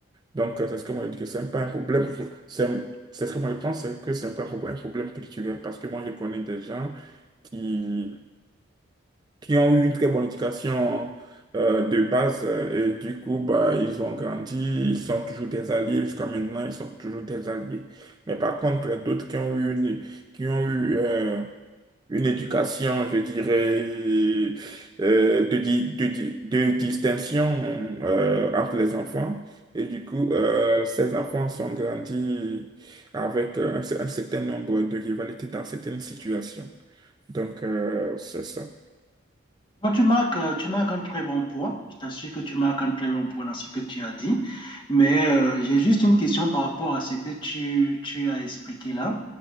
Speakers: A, on the right (about 20°); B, on the left (about 25°).
A: Donc, euh, c'est ce que moi je dis que c'est pas un problème. C'est c'est ce que moi je pense, c'est que c'est pas un problème, un problème culturel. Parce que moi, je connais des gens qui qui ont eu une très bonne éducation euh, de base euh, et du coup bah, ils ont grandi, ils sont toujours des alliés jusqu'à maintenant, ils sont toujours des alliés. Mais par contre, euh, d'autres qui ont eu une, qui ont eu euh, une éducation, je dirais, euh, de, di- de, di- de distinction euh, entre les enfants. Et du coup, euh, ces enfants sont grandis avec euh, un, un certain nombre de rivalités dans certaines situations. Donc, euh, c'est ça.
B: Non, tu marques, euh, tu marques un très bon point. Je t'assure que tu marques un très bon point dans ce que tu as dit. Mais euh, j'ai juste une question par rapport à ce que tu, tu as expliqué là.